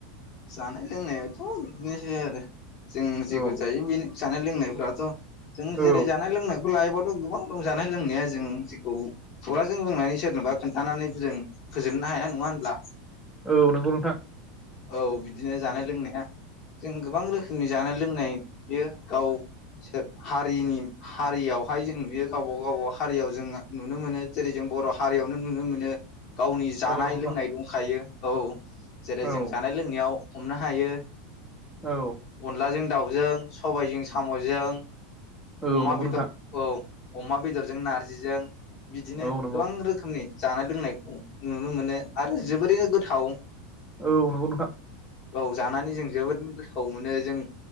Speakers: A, on the left; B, in the centre.
A: जानाय लोंनायाथ' बिदिनोसै आरो। जों जेखौ
B: औ
A: जायो बेनो। जानाय लोंनायफ्राथ' जों जेरै
B: औ
A: जानाय लोंनाय बेखौ लायोबावथ' गोबां रंजानाय लोंनाया जों जेखौ खुगाजों बुंनानै सोरनोबा खोन्थानानै जों फोजोबनो हाया नङा होनब्ला।
B: औ नंगौ नोंथां।
A: औ बिदिनो जानाय लोंनाया जों गोबां रोखोमनि जानाय लोंनाय नुयो गाव हारिनि हारियावहाय जों नुयो गावबा गावा हारियाव जों नुनो मोनो जेरै जों बर' हारियावनो नुनो मोनो। गावनि जानाय
B: औ नंगौ नोंथां
A: लोंनाय दंखायो। औ जेरै
B: औ
A: जों जानाय लोंनायाव हमनो हायो।
B: औ
A: अनलाजों दाउजों, सबायजों, सामजों,
B: औ
A: अमा
B: नंगौ
A: बेदर
B: नोंथां
A: औ अमा बेदरजों नारजिजों बिदिनो
B: औ नंगौ
A: गोबां रोखोमनि। जानाय लोंनायखौ नुनो मोनो आरो जोबोरैनो गोथाव
B: औ नंगौ नोंथां।
A: औ जानानै जों जोबोद गोथाव मोनो जों